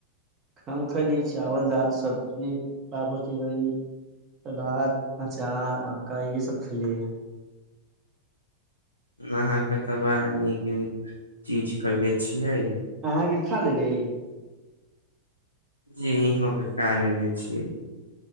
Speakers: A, on the right; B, on the left.
A: हम खली चावल दाल सब्जी पापड़ तीलौरी सलाद अचार आमका ये सब खलियै य
B: अहाँके तऽ बड़ा नीक नीक चीज कैईले छियै
A: अहाँ के खा लेली
B: जी इहों के खा लेलेे छियै